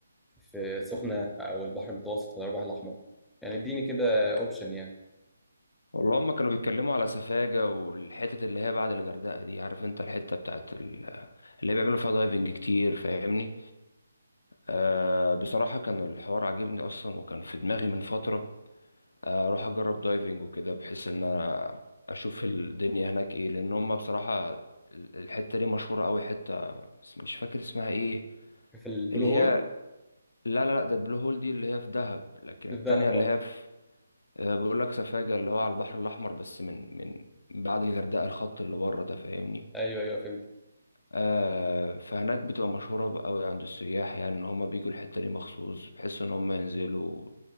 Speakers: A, in the centre; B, on the left.
A: في سخنة او البحر المتوسط ولا البحر الاحمر يعني اديني كده اوبشن يعني
B: والله هما كانوا بيتكلموا على سفاجة والحتت اللي هي بعد الغردقة دي عارف انت الحتة بتاعت ال- اللي بيعملوا فيها دايفنج كتير فاهمني آه بصراحة كان الحوار عاجبني اصلا وكان في دماغي من فترة آه، اروح اجرب دايفنج وكده بحيث ان انا اشوف الدنيا هناك ايه لان هم بصراحه ال- الحته دي مشهوره قوي حته بس مش فاكر اسمها ايه
A: في البلو
B: اللي
A: هول
B: هي لا لا لا ده البلو هول دي اللي هي في دهب لكن
A: في
B: التانية
A: دهب
B: اللي
A: اه
B: هي في آه، بقول لك سفاجة اللي هو على البحر الاحمر بس من من بعد الغردقه الخط اللي بره ده فاهمني
A: ايوه ايوه فهمت
B: آه فهناك بتبقى مشهوره قوي عند السياح يعني ان هم بيجوا الحته دي مخصوص بحيث ان هم ينزلوا